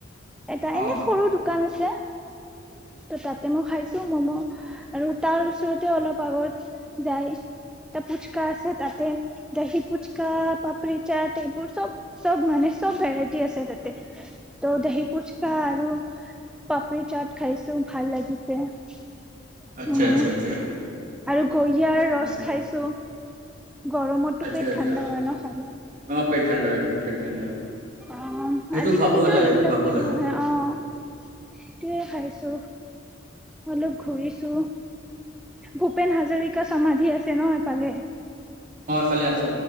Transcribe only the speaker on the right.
অ
আচ্ছা আচ্ছা আচ্ছা
ভাল
আচ্ছা
আচ্ছা
অ পেট ঠাণ্ডা হয় টো। পেট ঠাণ্ডা
সেইটো
খাবই লাগে
এইটো খাব লাগে
ফালে আছে।